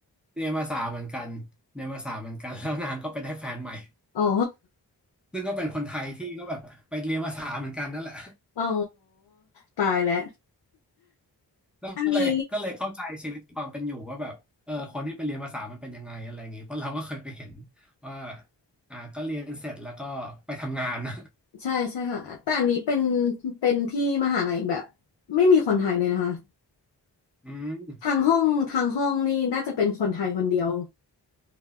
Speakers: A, in the centre; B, on the left.
A: เรียนภาษาเหมือนกันเรียนภาษาเหมือนกันแล้วนางก็ไปได้แฟนใหม่
B: อ๋อ
A: ซึ่งก็เป็นคนไทยที่ก็แบบไปเรียนภาษาเหมือนกันนั่นแหละ
B: อ๋อ ตายแล้ว
A: ก็เลยก็เลยเข้าใจชีวิตความเป็นอยู่ว่าแบบเออคนที่ไปเรียนภาษามันเป็นยังไงอะไรอย่างงี้เพราะเราก็เคยไปเห็น
B: อันนี้
A: ว่าอ่าก็เรียนเสร็จแล้วก็ไปทำงาน <laughs>
B: ใช่ใช่ค่ะ แต่อันนี้เป็นเป็นที่มหาลัยแบบไม่มีคนไทยเลยนะคะ
A: อืม
B: ทางห้องทางห้องนี่น่าจะเป็นคนไทยคนเดียว